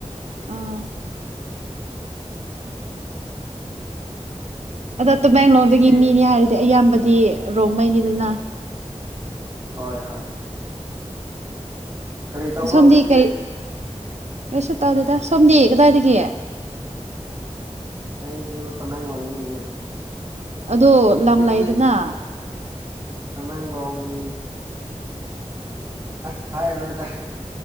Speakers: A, on the right; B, on the right.
A: ꯑꯥ ꯑꯗꯣ ꯇꯃꯦꯡꯂꯣꯡꯗꯒꯤ
B: ꯑꯩ
A: ꯃꯤꯅꯤ ꯍꯥꯏꯔꯗꯤ ꯑꯌꯥꯝꯕꯗꯤ ꯔꯣꯡꯉꯩꯅꯤꯗꯅ
B: ꯍꯣꯏ ꯍꯣꯏ ꯀꯔꯤ ꯇꯧꯕ
A: ꯁꯣꯝꯗꯤ
B: ꯍꯧꯖꯤꯛꯇꯤ
A: ꯀꯔꯤ ꯀꯩꯁꯨ ꯇꯥꯎꯗꯦꯗ ꯁꯣꯝꯗꯤ ꯀꯗꯥꯏꯗꯒꯤ
B: ꯑꯩꯁꯨ ꯇꯃꯦꯡꯂꯣꯡꯗꯒꯤꯅꯤ
A: ꯑꯗꯣ
B: ꯍꯧꯖꯤꯛꯇꯤ
A: ꯂꯝꯂꯩꯗꯅ
B: ꯇꯃꯦꯡꯂꯣꯡ ꯑꯁ ꯍꯥꯏꯔꯔꯣꯏꯗ